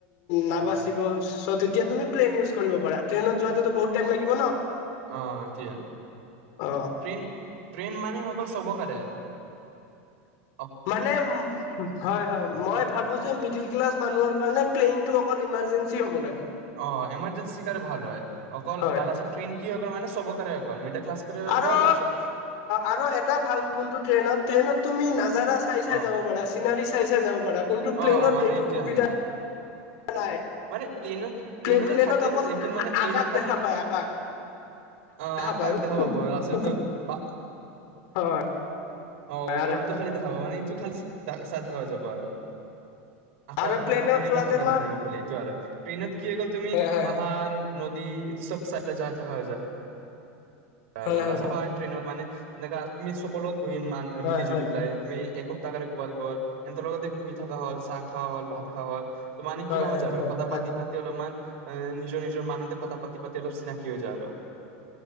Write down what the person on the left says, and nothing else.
নাবাচিব
চ' তেতিয়া তুমি প্লেইন ইউজ কৰিব পাৰা ট্ৰেইনত যোৱাটোতো বহুত টাইম লাগিব ন
অ
মানে হয় হয় মই
ভাবো যে মিদিল ক্লাছ মানুহৰ কাৰণে অকল এমাৰ্জেঞ্চি হ'ব লাগে
হয়
আৰু
আৰু এটা ভাল বন্ধু ট্ৰেইনত ট্ৰেইনত তুমি নাজাৰা চাই
চাই যাব পাৰা চিনাৰী চাই চাই যাব পাৰা কোনটো
প্লেনত
এইটো
সুবিধা নাই
প্লে প্লেনত
অকল
আকাশ
দেখা পায় আকাশ
পায়
উপ
উপ
হয়
আৰু
আৰু প্লেনত
যোৱাতে
তোমাৰ
হয় হয়
হয় হয়
হয়
হয়
হয়
হয়
হয়
হয়